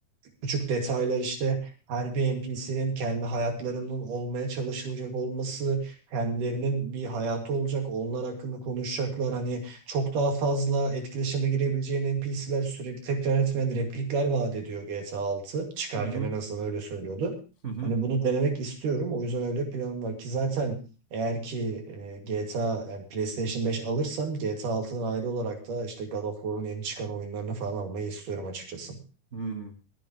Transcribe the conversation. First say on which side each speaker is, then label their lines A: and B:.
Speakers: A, on the right (about 80°); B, on the right (about 35°).
A: Küçük detaylar işte her bir NPC'nin kendi hayatlarının olmaya çalışılacak olması, kendilerinin bir hayatı olacak, onlar hakkında konuşacaklar. Hani çok daha fazla etkileşime girebileceğin NPC'ler sürekli tekrar etmeyen replikler vaat ediyor GTA 6. Çıkarken
B: hı hı,
A: en azından öyle söylüyordu.
B: hı hı,
A: Hani bunu denemek istiyorum. O yüzden öyle planım var ki zaten eğer ki e, GTA yani PlayStation 5 alırsam GTA 6'dan ayrı olarak da işte God of War'un yeni çıkan oyunlarını falan almayı istiyorum açıkçası.
B: hı.